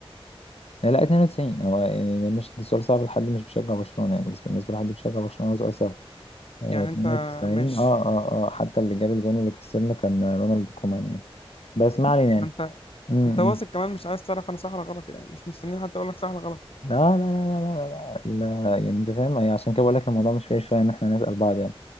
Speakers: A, on the left; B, on the left.
A: لا 92 هو يعني ده مش ده سؤال صعب لحد مش بيشجع برشلونة يعني بس بالنسبة لحد بيشجع برشلونة هو سؤال سهل آه،
B: يعني
A: 92
B: انت ماشي
A: اه اه اه حتى اللي جاب الجون اللي كسبنا كان آه، رونالد كومان يعني بس ما علينا يعني
B: ما انت
A: مم، مم.
B: انت واثق كمان مش عايز تعرف انا صح ولا غلط يعني مش مستنيين حتى اقول لك صح ولا غلط
A: لا لا لا لا لا, لا. لا، يعني انت فاهم يعني عشان كده بقول لك الموضوع مش فاير شويه ان احنا نسال بعض يعني